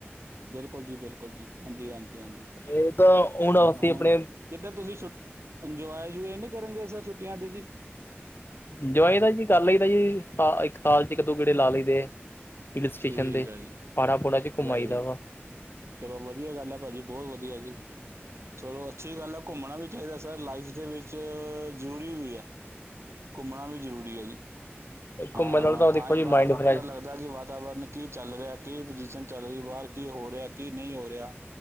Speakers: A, on the right; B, on the left.
A: ਬਿਲਕੁਲ ਜੀ ਬਿਲਕੁਲ ਜੀ ਹਾਂਜੀ -ਹਾਂਜੀ -
B: ਇਹ ਤਾਂ
A: ਹਾਂਜੀ
B: ਅਸੀਂ
A: ਹੁਣ
B: ਆਪਣੇ
A: ਕਿਤੇ ਤੁਸੀਂ ਛੁੱਟੀ ਇੰਜੋਏ <unintelligible> ਨਹੀਂ ਕਰਨਗੇ ਸਰ ਛੁੱਟੀਆਂ ਤੇ ਜੀ
B: ਜਵਾਈ ਦਾ ਜੀ ਕਰ ਲਈਦਾ ਜੀ ਸਾ ਇਕ ਸਾਲ ਚ ਇੱਕ ਦੋ ਗੇੜੇ ਲਾ ਲਈ ਦੇ ਐ। ਹਿਲ ਸਟੇਸ਼ਨ
A: ਠੀਕ
B: ਤੇ
A: ਆ ਜੀ
B: ਪਾੜਾ ਪੂੜਾ ਚ ਘੁੰਮ
A: ਵੈਰੀ
B: ਆਈ ਦਾ ਵਾ
A: ਚਲੋ ਵਧੀਆ ਗੱਲ ਏ ਭਾਜੀ ਬਹੁਤ ਵਧੀਆ ਜੀ ਚਲੋ ਅੱਛੀ ਗੱਲ ਹੈ ਘੁੰਮਣਾ ਵੀ ਚਾਹੀਦਾ ਸਰ ਲਾਈਫ ਦੇ ਵਿੱਚ ਜ਼ਰੂਰੀ ਵੀ ਹੈ ਘੁੰਮਣਾ ਵੀ ਜ਼ਰੂਰੀ ਹੈ ਜੀ ਹਾਂ
B: ਘੁੰਮਣ ਨਾਲ ਦੇਖੋ
A: ਤਾਂ ਹੀ
B: ਜੀ
A: ਬਾਰ
B: ਮਾਇੰਡ
A: ਦਾ
B: ਫਰੈਸ਼
A: ਪਤਾ ਲੱਗਦਾ ਦਾ ਕਿ ਵਾਤਾਵਰਨ ਕੀ ਚੱਲ ਰਿਹਾ ਕੀ ਪੁਜੀਸ਼ਨ ਚੱਲ ਰਹੀ ਬਾਹਰ ਕੀ ਹੋ ਰਿਹਾ ਕੀ ਨਹੀਂ ਹੋ ਰਿਹਾ